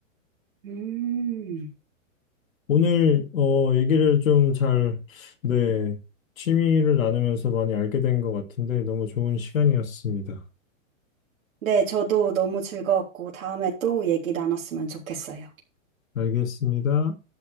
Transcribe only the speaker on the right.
음,
네, 저도 너무 즐거웠고 다음에 또 얘기 나눴으면 좋겠어요.